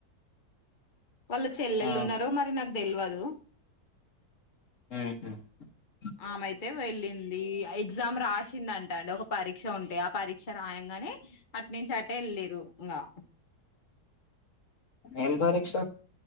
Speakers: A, on the left; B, on the left.
A: వాళ్ళ చెల్లెళు
B: ఆ
A: ఉన్నారో మరి నాకు తెల్వదు
B: హాయ్ ఫ్రెండ్స్
A: ఆమెయితే వెళ్ళింది ఎగ్జామ్ రాసిందంటా అండి ఒక పరీక్ష ఉండే ఆ పరీక్ష రాయంగా నే అట్ నుంచి అటే వెళ్ళిండ్రు ఇగా
B: ఎం పరిక్ష